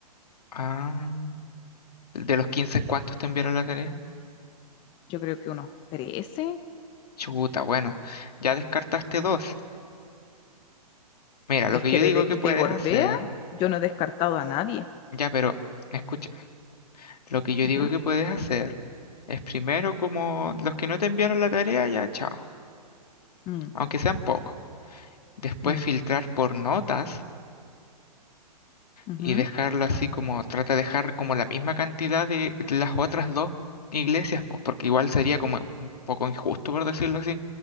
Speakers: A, on the left (about 75°); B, on the left (about 25°).
A: Ah. ¿De los 15 cuántos te enviaron la tarea?
B: yo creo que unos trece
A: Chuta, bueno, ya descartaste dos. Mira, lo
B: Es
A: que
B: que
A: yo
B: de,
A: digo
B: de,
A: que
B: de
A: puedes
B: Gorbea
A: hacer,
B: yo no he descartado a nadie,
A: ya, pero escúchame, lo que yo
B: ¿ya?
A: digo que puedes hacer es primero como los que no te enviaron la tarea, ya, chao,
B: Mm,
A: aunque sean pocos. Después
B: mm,
A: filtrar por notas
B: ujú.
A: y dejarlo así como, trata de dejar como la misma cantidad de las otras dos iglesias, pues porque igual sería como un poco injusto por decirlo así.